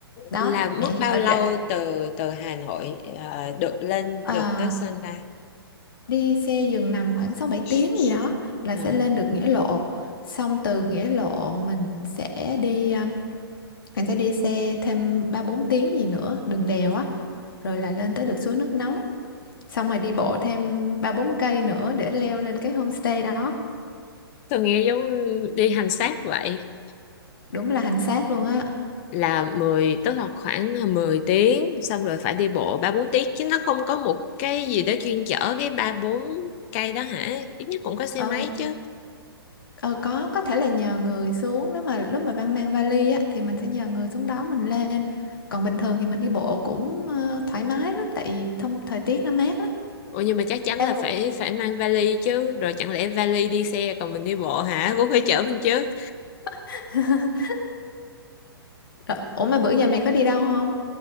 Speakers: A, on the left; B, on the left.
A: đó
B: Là mất
A: mẹ
B: bao
A: ở
B: lâu
A: trệ
B: từ từ Hà Nội ờ, được lên
A: à,
B: được tới Sơn La?
A: đi xe giường nằm khoảng 6 7 tiếng
B: <laughs>
A: gì đó là
B: Ờ,
A: sẽ lên được Nghĩa Lộ xong từ Nghĩa Lộ mình sẽ đi à, mình sẽ đi xe thêm 3 4 tiếng gì nữa đường đèo á rồi là lên tới được suối nước nóng xong rồi đi bộ thêm ba bốn cây nữa để leo lên cái homestay đó
B: Tôi nghe giống đi hành xác vậy.
A: đúng là hành xác luôn á
B: là mười tức là khoảng à, 10 tiếng xong rồi phải đi bộ 3 4 tiếng chứ nó không có một cái gì đó chuyên chở cái 3 4 cây đó hả? Ít nhất cũng có xe
A: ờ,
B: máy chứ.
A: ờ có có thể là nhờ người xuống nếu mà lúc mà Văn mang vali á thì mình sẽ nhờ người xuống đón mình lên còn bình thường thì mình đi bộ cũng ờ, thoải mái lắm tại vì thông thời tiết nó mát lắm
B: Ủa nhưng mà chắc chắn
A: đang
B: là phải
A: mùa
B: phải mang vali chứ, rồi chẳng lẽ vali đi xe còn mình đi bộ hả? <laughs> Cũng phải chở mình chứ.
A: <laughs> Rồi, ủa mà bữa giờ mày có đi đâu không